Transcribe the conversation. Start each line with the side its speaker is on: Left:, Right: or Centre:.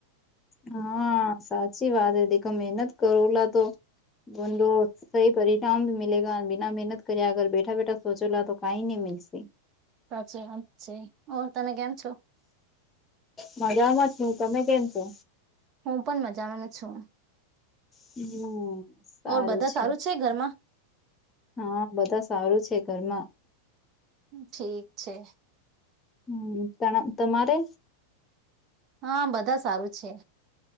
Left: હા સાચી વાત હ દેખો મહેનત કરો લ તોડો સહી પરિણામ મિલેગ બિના મહેનત કરે અગર બેઠા બેઠા સોચોલા તો કઈ ન મીશે
Right: પાછ અચ છે તમે કેમ છો
Left: મજામાં છું તમે કેમ છો
Right: હું પણ મજા મા છું
Left: હમ સારું
Right: ઓર બધા
Left: છે
Right: છે ઘરમાં
Left: હા બધા સારું છે ઘરમાં
Right: ઠીક છે
Left: હમ ત તમારે
Right: હા બધા સારું છે